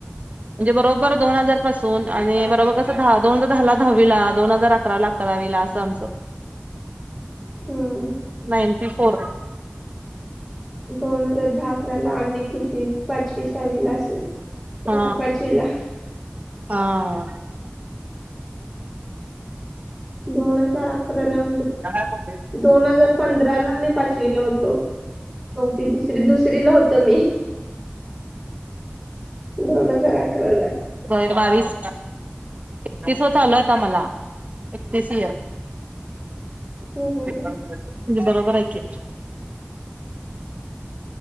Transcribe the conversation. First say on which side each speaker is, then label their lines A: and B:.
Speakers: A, on the right; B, in the centre.
A: म्हणजे बरोबर दोन हजार पासून आणि बरोबर कसं दहा दोन हजार दहाला दहावीला दोन हजार अकरा ला करावील असं आमचं
B: <inaudible> हम्म.
A: नाईंटी फोर
B: दोन हजार दहा अकरा ला आम्ही किती पाचवी सहावी ला असेल
A: हा
B: होती पाचवीला
A: हा
B: दोन हजार अकरा ला म्हणजे
A: का पे
B: दोन हजार पंधरा ला मी पाचवीला होतो चौती तिसरी दुसरी ला होत मी दोन हजार अकराला
A: दोन हजार बावीस एकतीस व चालूता मला एकतीस इयर
B: हम्म.
A: म्हणजे बरोबर ऐक